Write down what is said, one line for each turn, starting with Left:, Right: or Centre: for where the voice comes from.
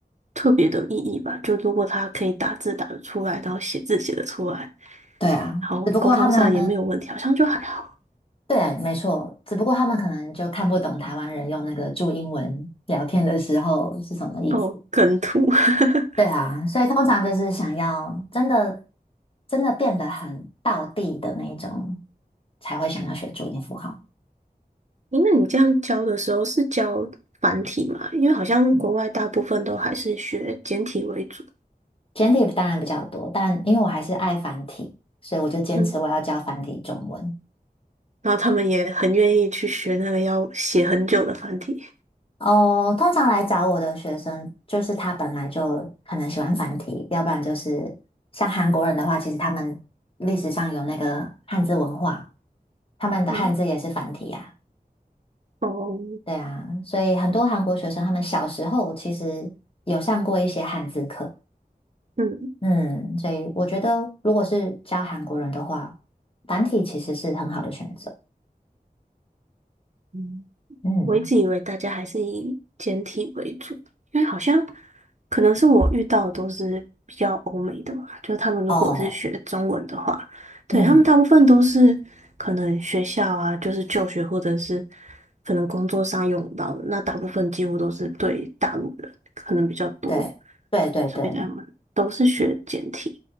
Right: 特别的意义吧？就如果他可以打字打得出来，然后写字写得出来，
Left: 对啊，
Right: 然后沟通上也没有问题，
Left: 只不过他们，
Right: 好像就还好。
Left: 对，没错，只不过他们可能就看不懂台湾人用那个注音文聊天的时候是什么意思。
Right: 哦，梗图。<laughs>
Left: 对啊，所以通常就是想要真的真的变得很道地的那种，才会想要学注音符号。
Right: 诶那你这样教的时候是教繁体吗？因为好像国外大部分都还是学简体为主，
Left: 嗯，简体当然比较多，但因为我还是爱繁体，所以我就坚持我要教繁体中文。
Right: 嗯，然后他们也很愿意去学那个要写很久的繁体，
Left: 哦，通常来找我的学生，就是他本来就可能喜欢繁体，要不然就是像韩国人的话，其实他们历史上有那个汉字文化，他们的汉字也是繁体呀、
Right: 嗯，哦，
Left: 对啊，所以很多韩国学生他们小时候其实有上过一些汉字课，
Right: 嗯
Left: 嗯，所以我觉得如果是教韩国人的话，繁体其实是很好的选择，
Right: 嗯。
Left: 嗯，
Right: 我一直以为大家还是以简体为主，因为好像可能是我遇到的都是比较欧美的嘛，就是他们如果是学中文的话，
Left: 哦，
Right: 对，
Left: 嗯，
Right: 他们大部分都是可能学校啊，就是就学或者是可能工作上用到的，那大部分几乎都是对大陆人可能比较多，
Left: 对，对对对
Right: 所以他们都是学简体。